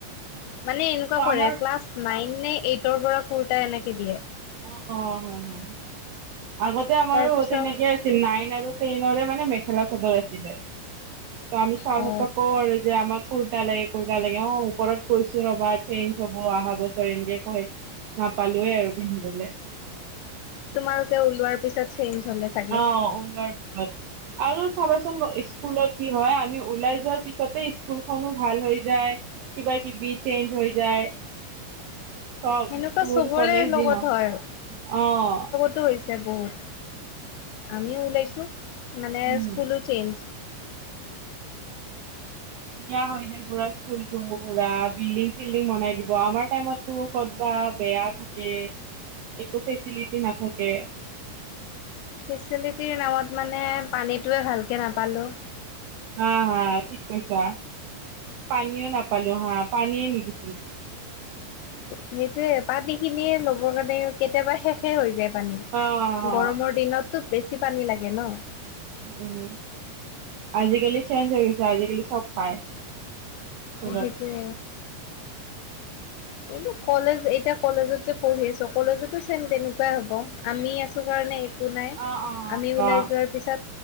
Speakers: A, on the left (about 85°); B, on the right (about 75°).
A: মানে এনেকুৱা
B: অ
A: কৰে
B: আমাৰ
A: ক্লাছ নাইননে এইটৰ পৰা কুৰ্তা এনেকে দিয়ে।
B: অহ', অহ', হয়, হয়। আগতে আমাৰো
A: তাৰপিছত
B: তেনেকে নাইন আৰু টেইনৰে মানে মেখেলা-চাদৰ আছিলে, ত' আমি ছাৰহঁতক
A: অ
B: আৰু যে আমাক কুৰ্তা লাগে, কুৰ্তা লাগে অহ, ওপৰত কৈছোঁ ৰ'বা চেঞ্জ হ'ব অহা বছৰ এনেকে কয়। নাপালোয়ে আৰু পিন্ধিবলে।
A: তোমালোকে ওলোৱাৰ পিছত চেঞ্জ হ'লে। চাগে
B: অহ, ওলোৱাৰ পিছত। আৰু চাবাচোন স্কুলত কি হয়, আমি ওলাই যোৱাৰ পিছতে স্কুলখনো ভাল হৈ যায়। কিবা-কিবি চেঞ্জ হৈ যায়। চব
A: সেনেকুৱা
B: স্কুল
A: চবৰে
B: কলেজ
A: লগত
B: যি হওঁক
A: হয়
B: অহ।
A: <unintelligible> হৈছে বহুত, আমিও ওলাইছোঁ, মানে
B: উম
A: স্কুলো চেঞ্জ।
B: কিয়া হৈ যায়। পুৰা স্কুলটো পুৰা বিল্ডিং-চিল্ডিং বনাই দিব, আমাৰ টাইমতটো ক'ত বা বেয়া <unintelligible> একো ফেচিলিটি নাথাকে।
A: ফেচিলিটিৰ নামত মানে পানীটোৱে ভালকে নাপালোঁ।
B: হা হা ঠিক কৈছা, পানীও নাপালোঁ হা পানীয়ে নিবি
A: সেইটোয়ে পানীখিনিয়ে ল'বৰ কাৰণে কেতিয়াবা শেষে হৈ যায় পানী।
B: অ অ
A: গৰমৰ দিনতটো বেছি পানী লাগে ন'।
B: উম, আজিকালি চেঞ্জ হৈ গৈছে আজিকালি চব পায়। স্কুলত
A: সেইটোৱে।
B: <inaudible>
A: <unintelligible> কলেজ এতিয়া কলেজত যে পঢ়ি আছো কলেজতো ছেম তেনেকুৱাই হ'ব আমি আছো কাৰণে একো নাই,
B: অ অ
A: আমি ওলাই
B: অ
A: যোৱাৰ পিছত